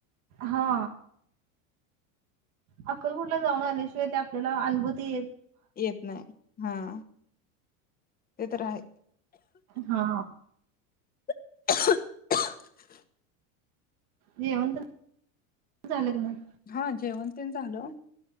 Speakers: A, on the right; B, on the left.
A: हा अक्कलकुटला जाऊन आल्याशिवाय, ते आपल्याला अनभूती येत
B: येत नाही हा. ते तर आहे
A: हा.
B: <unintelligible>
A: जेवण झालं झालं का नाही.
B: हा जेवण तेन झालं.